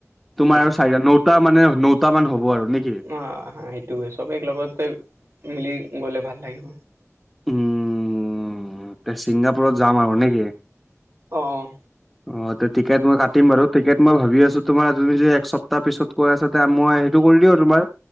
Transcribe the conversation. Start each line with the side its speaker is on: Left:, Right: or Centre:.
Centre: তোমাৰ
Right: উম
Centre: আৰু চাৰিটা ন টা মানে নটা মান হ'ব আৰু নেকি।
Right: অঁ' হয় সেইটোৱে চবে একেলগতে মিলি গ'লে ভাল লাগিব।
Centre: উম। উম এতিয়া ছিংগাপুৰত যাম আৰু নেকি।
Right: অঁ'
Centre: অঁ' ত টিকট মই কাটিম বাৰু টিকট মই ভাবি আছো তোমাৰ তুমি যে এক সপ্তাহ পিছত কৈ আছা। তা মই সেইটো কৰি দিওঁ তোমাৰ